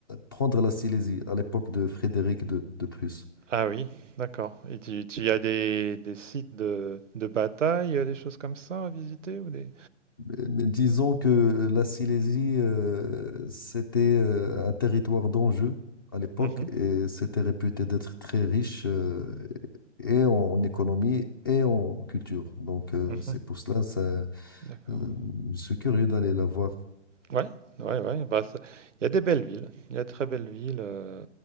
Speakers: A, on the left (about 20°); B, on the right (about 85°).
A: prendre la Silésie à l'époque de Frédéric II de Prusse.
B: Ah oui, d'accord. Et tu, tu as des, des sites de, de bataille, euh, des choses comme ça à visiter ou des...
A: Euh, Disons que la Silésie, euh, c'était euh, un territoire d'enjeu à l'époque
B: Mhm,
A: et c'était réputé d'être très riche euh, et en économie et en culture. Donc, euh,
B: mhm.
A: c'est pour cela, ça, euh,
B: D'accord.
A: je suis curieux d'aller la voir.
B: Ouais, ouais, ouais. Bah, ça- il y a des belles villes. Il y a de très belles villes. euh,